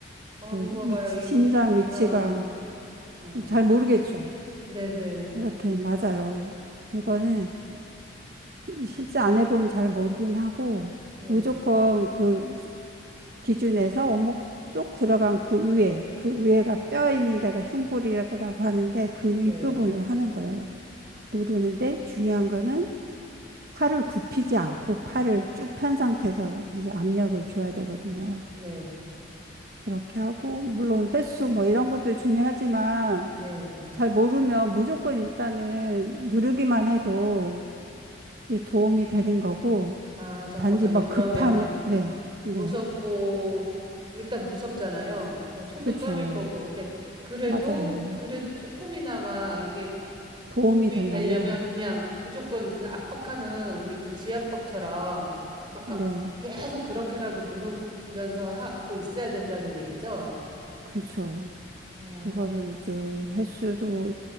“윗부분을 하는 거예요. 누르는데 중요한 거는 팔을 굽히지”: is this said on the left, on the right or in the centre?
Right